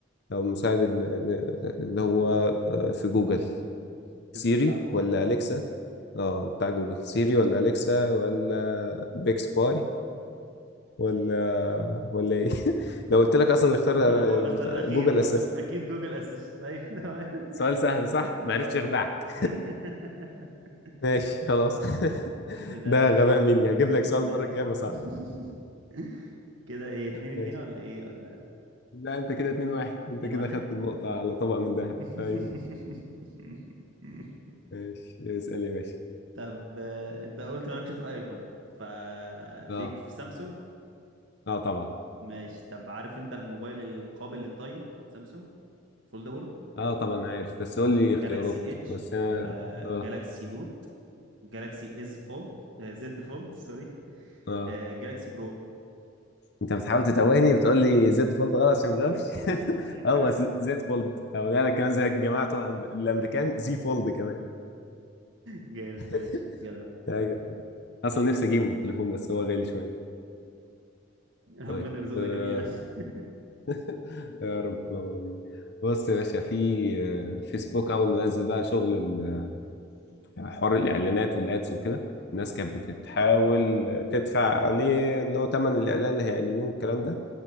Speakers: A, on the left; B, on the right.
A: او المساعد ال- ال- اللي هو آه، في جوجل سيري
B: شفت بتاع جوجل
A: ولا اليكسا اه بتاع جوجل سيري ولا اليكسا ولا بيكس باي ولا ولا ايه <laughs> لو قلت لك اصلا اللي اختار
B: <laughs> ما هو الاختيار
A: بتاع
B: الاخير
A: جوجل
B: جوجل
A: اساسا
B: اكيد جوجل اسيستنت ايوه تمام. <laughs>
A: سؤال سهل صح ما عرفتش
B: اه
A: اخدعك
B: <laughs>
A: ماشي خلاص <laughs>
B: ماشي يا عم كده
A: ده غباء
B: <laughs>
A: مني هجيب لك
B: لا
A: سؤال المره
B: يا
A: الجايه بس صعب
B: عم <laughs> كده ايه اتنين اتنين
A: ماشي
B: ولا ايه ولا
A: لا انت كده 2 1 انت
B: اتنين
A: كده
B: واحد
A: خدت النقطه
B: مم.
A: على طبق من ذهب
B: <laughs>
A: ايوه ماشي اسال يا باشا
B: طب آه، انت قلت مالكش في ايفون فليك
A: اه
B: في سامسونج
A: اه طبعا
B: ماشي طب عارف انت الموبايل القابل للطي سامسونج فولدبل
A: اه طبعا عارف بس قول لي اختيارات
B: جالاكسي ايدج
A: بس انا
B: ولا
A: اه
B: جالاكسي نوت جالاكسي از فولد آه، زد فولد سوري
A: اه
B: آه، جالاكسي برو
A: انت بتحاول تتوهني بتقول لي زد فولد غلط عشان ما جاوبش
B: <laughs>
A: <laughs> هو ز- زد فولد او لا لا كمان زي الجماعه بتوع الامريكان زي فولد كمان
B: جامد
A: <laughs>
B: ماشي جدع
A: ايوه اصلا نفسي اجيبه التليفون بس هو غالي شويه
B: ربنا
A: طيب
B: يرزقنا
A: آه،
B: جميعا <laughs>
A: <laughs> يا رب اللهم امين بص يا باشا في آه، فيسبوك اول ما نزل بقى شغل ال- حوار الاعلانات والادس وكده الناس كانت بتحاول تدفع عليه اللي هو ثمن الاعلان اللي هيعلنوه الكلام ده